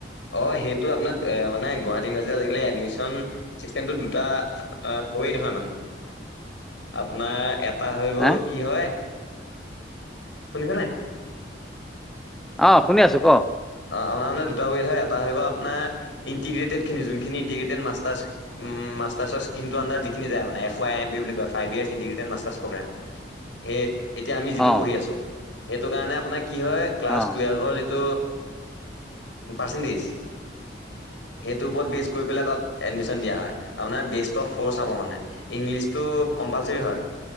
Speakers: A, on the left; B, in the centre.
A: অ', সেইটো আপোনাৰ মানে গুৱাহাটী ইউনিভাৰ্চিটি আজি এডমিন। দুটা ৱেইট হয় মানে আপোনাৰ। তটা হৈ গল
B: হা
A: কি হয় শুনিছ নাই।
B: অ', শুনি আছোঁ ক?
A: অ', আপাৰ মানে দুটা ৱেড হয় এটা হৈ গ'ল, আপোনাৰ ইণ্টিগ্ৰেটেড খিনি যোনখিনিণ্টিগ্ৰেেড মাৰ। উম, মাৰ আৰ যিখিন যায় মান এ ই এম পি বুলি কয় ফাইভ ইয় ইটিগেড মাগেম। সেই এতিয়া আমি যিটো
B: অ
A: পঢ়ি আছো সেইটো কাৰণে আপোনাৰ কি হয় ক্লাছ
B: অ
A: টুৱেলভৰ যিটো। পাৰ্চেণ্টেজ সেইটোৰ ওপৰত বেচ কৰি পেলাই তাত। এডমিশন দিয়া হয় আনাৰ বেচ অ ফৰ্চ হ মানে ইংলিছটো কম্পালচৰি হয়।